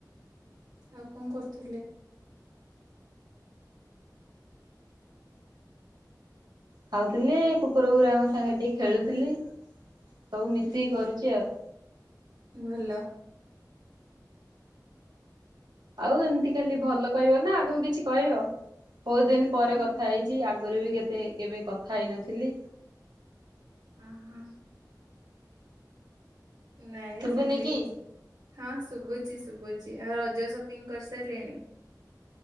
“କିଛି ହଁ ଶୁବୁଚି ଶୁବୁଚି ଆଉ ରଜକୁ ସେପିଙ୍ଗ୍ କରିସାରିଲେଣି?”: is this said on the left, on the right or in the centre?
Right